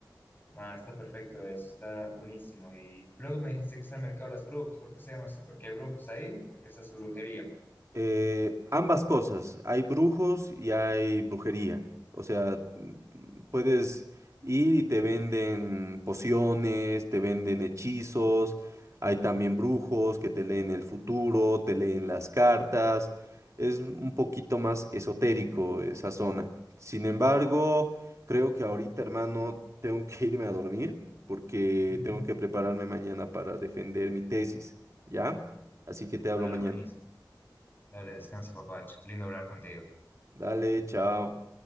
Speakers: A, on the left (about 25°); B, on the right (about 40°).
A: Ah, está perfecto eso, está buenísimo. Y luego me dijiste que está el mercado de las brujas. ¿Por qué se llama así? ¿Porque hay brujas ahí o porque se hace brujería?
B: Eh, ambas cosas, hay brujos y hay brujería. O sea, mm, puedes ir y te venden pociones, te venden hechizos, hay también brujos que te leen el futuro, te leen las cartas. Es un poquito más esotérico esa zona. Sin embargo, creo que ahorita, hermano, tengo que <laughs> irme a dormir porque
A: Ujú.
B: tengo que prepararme mañana para defender mi tesis, ¿ya? Así que te hablo
A: Dale,
B: mañana.
A: buenísimo. Dale, descansa, papacho. Lindo hablar contigo.
B: Dale, chao.